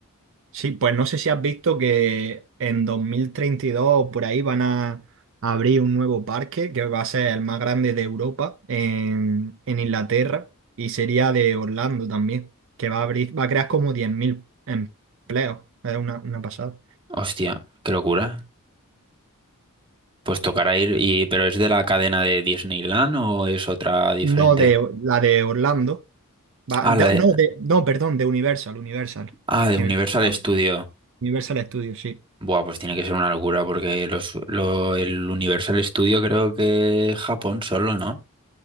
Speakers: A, on the right; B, on the right.
A: Sí, pues no sé si has visto que en 2032 o por ahí van a abrir un nuevo parque que va a ser el más grande de Europa en, en Inglaterra y sería de Orlando también, que va a abrir, va a crear como 10.000 empleos. Es una, una pasada.
B: Hostia, qué locura. Pues tocará ir, y, pero ¿es de la cadena de Disneyland o es otra diferente?
A: No, de la de Orlando. Va,
B: Ah,
A: de-
B: la de,
A: no, de, no, perdón, de Universal, Universal.
B: ah, de
A: Que
B: Universal
A: me- ah,
B: Studio.
A: Universal Studios, sí.
B: Buah, pues tiene que ser una locura porque los, lo- el Universal Studio creo que Japón solo, ¿no?